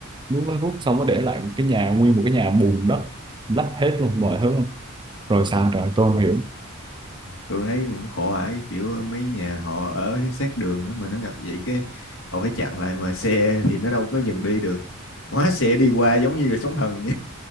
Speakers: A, on the right (about 20°); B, on the left (about 70°).
A: nước nó rút xong nó để lại cái nhà nguyên một cái nhà bùn đất lấp hết luôn mọi thứ rồi
B: ừ
A: sao rồi tôi không hiểu
B: tôi thấy cũng khổ ải kiểu mấy nhà họ ở sát đường á, mà nó ngập vậy cái họ phải chặn lại mà xe thì nó đâu có dừng đi được hóa xe đi qua giống như là sóng thần